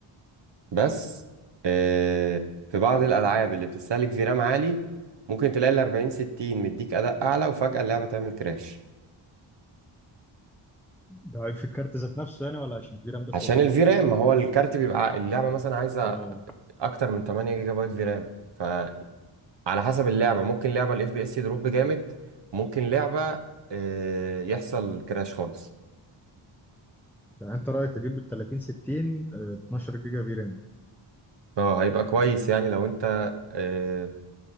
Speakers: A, on the right; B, in the centre.
A: بس آه، في بعض الألعاب اللي بتستهلك فيرام عالي ممكن تلاقي الأربعين ستين مديك أداء أعلى وفجأة اللعبة تعمل كراش
B: ده عيب في الكارت ذات نفسه يعني ولا عشان الفيرام بس
A: عشان
B: قليل؟
A: الفي رام ما هو الكارت بيبقى ع- اللعبة مثلا عايزة
B: اه
A: اكتر من 8 جيجا بايت في رام فعلى حسب اللعبة ممكن لعبة الاف بي اس يدروب جامد ممكن لعبة آه، يحصل كراش خالص
B: يعني انت رأيك اجيب ال 30 60 آه، 12 جيجا فيرام
A: اه هيبقى كويس يعني لو انت آه،